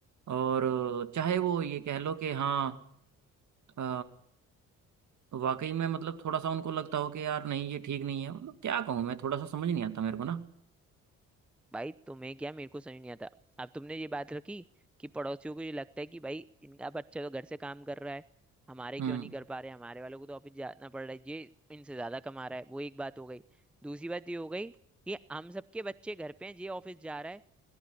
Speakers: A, on the right; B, in the centre.
A: और अ, चाहे वो ये कह लो कि हाँ अ, वाकई में मतलब थोड़ा सा उनको लगता हो कि यार नहीं ये ठीक नहीं है मतलब क्या कहूँ मैं थोड़ा सा समझ नहीं आता मेरे को ना
B: भाई तुम्हें क्या मेरे को समझ नहीं आता अब तुमने ये बात रखी कि पड़ोसियों को ये लगता है कि भाई इनका बच्चा तो घर से काम कर रहा है हमारे
A: हम्म
B: क्यों नहीं कर पा रहे हमारे वालों को तो ऑफिस जाना पड़ रहा है ये इनसे ज्यादा कमा रहा है वो एक बात हो गई दूसरी बात ये हो गई कि हम सबके बच्चे घर पे हैं ये ऑफिस जा रहा है